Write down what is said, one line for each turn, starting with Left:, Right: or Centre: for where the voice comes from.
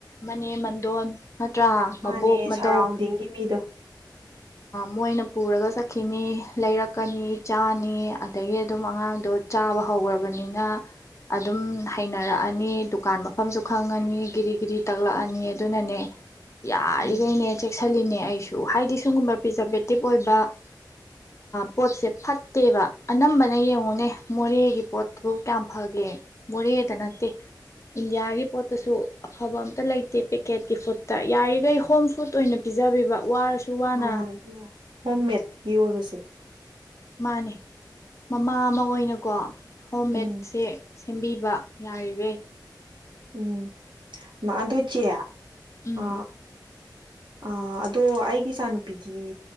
Left: ꯃꯅꯦꯝ ꯃꯟꯗꯣꯟ ꯅꯠꯇ꯭ꯔꯥ
Right: ꯃꯥꯅꯦ
Left: ꯃꯕꯣꯛ ꯃꯇꯧ
Right: ꯁꯔꯥꯎꯟꯗꯤꯡꯒꯤ ꯃꯤꯗꯣ
Left: ꯃꯣꯏꯅ ꯄꯨꯔꯒ ꯆꯠꯈꯤꯅꯤ ꯂꯩꯔꯛꯀꯅꯤ ꯆꯥꯅꯤ ꯑꯗꯒꯤ ꯑꯗꯨꯝ ꯑꯉꯥꯡꯗꯣ ꯆꯥꯕ ꯍꯧꯈ꯭ꯔꯕꯅꯤꯅ ꯑꯗꯨꯝ ꯍꯩꯅꯔꯛꯑꯅꯤ ꯗꯨꯀꯥꯟ ꯃꯐꯝꯁꯨ ꯈꯪꯉꯅꯤ ꯒꯤꯤꯗꯤ ꯤꯗꯤ ꯇꯛꯂꯛꯑꯅꯤ ꯑꯗꯨꯅꯅꯦ ꯌꯥꯔꯤꯈꯩꯅꯦ
Right: ꯎꯝ
Left: ꯆꯦꯛꯁꯤꯜꯂꯤꯅꯦ ꯑꯩꯁꯨ ꯍꯥꯏꯗꯤ ꯁꯒꯨꯝꯕ ꯄ꯭ꯔꯤꯖꯥꯕꯦꯇꯤꯞ ꯑꯣꯏꯕ ꯄꯣꯠꯁꯦ ꯐꯠꯇꯦꯕ ꯑꯅꯝꯕꯅ ꯌꯦꯡꯉꯨꯅꯦ ꯃꯣꯔꯦꯒꯤ ꯄꯣꯠꯇꯕꯨ ꯀꯌꯥꯝ ꯐꯒꯦ ꯃꯣꯔꯦꯗ ꯅꯠꯇꯦ ꯏꯟꯗꯤꯌꯥꯒꯤ ꯄꯣꯠꯇꯁꯨ ꯑꯐꯕ ꯑꯝꯇ ꯂꯩꯇꯦ ꯄꯦꯀꯦꯠꯀꯤ ꯐꯨꯗꯠꯇ ꯌꯥꯔꯤꯈꯩ ꯍꯣꯝ ꯐꯨꯗ ꯑꯣꯏꯅ ꯄꯤꯖꯕꯤꯕ ꯋꯥꯔꯁꯨ ꯋꯥꯅ
Right: ꯃꯥꯅꯦ ꯃꯥꯅꯤ ꯍꯣꯝꯃꯦꯗꯀꯤ ꯑꯣꯏꯕꯁꯦ
Left: ꯃꯥꯅꯦ ꯃꯃꯥ ꯑꯃ ꯑꯣꯏꯅꯀꯣ ꯍꯣꯝ
Right: ꯎꯝ
Left: ꯃꯦꯠꯁꯦ ꯁꯦꯝꯕꯤ ꯋꯥ ꯌꯥꯏꯔꯤꯕꯦ
Right: ꯎꯝ ꯑ ꯑꯗꯨ ꯆꯌꯥ
Left: ꯎꯝ
Right: ꯑ ꯑ ꯑꯗꯣ ꯑꯩꯒꯤ ꯏꯆꯥ ꯅꯨꯨꯄꯤꯗꯤ